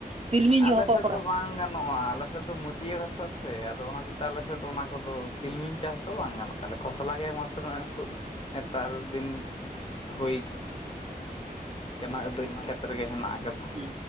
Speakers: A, on the right (about 40°); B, on the left (about 35°).
A: ᱛᱤᱞᱢᱤᱧ ᱜᱮ
B: ᱟᱞᱮ
A: ᱦᱚᱠᱚ
B: ᱥᱮᱫ
A: ᱠᱚᱨᱟ
B: ᱫᱚ ᱵᱟᱝ ᱜᱟᱱᱚᱜ ᱜᱟᱱᱚᱜᱼᱟ ᱟᱞᱮᱮᱥᱮᱫ ᱫᱚ ᱢᱟᱹᱴᱭᱟᱹᱲ ᱦᱟᱥᱟ ᱥᱮ ᱟᱫᱚ ᱚᱱᱟ ᱦᱚᱛᱮ ᱟᱞᱮᱥᱮᱫ ᱫᱚ ᱚᱱᱟ ᱠᱚᱫᱚ ᱛᱤᱞᱢᱤᱧ ᱪᱟᱥ ᱫᱚ ᱵᱟᱝ ᱜᱟᱱᱚᱜ ᱠᱟᱱᱟᱭᱟ ᱛᱟᱦᱚᱞᱮ ᱠᱷᱚᱥᱞᱟ ᱜᱮ ᱮᱠ ᱢᱟᱛᱨᱚ ᱱᱤᱛᱚᱜ ᱱᱮᱛᱟᱨ ᱫᱤᱱ ᱦᱩᱭ <unintelligible> ᱢᱟ ᱠᱷᱮᱛ ᱨᱮᱜᱮ ᱦᱮᱸᱱᱟᱜ ᱟᱠᱟᱫᱟ ᱾
A: ᱦᱩᱸ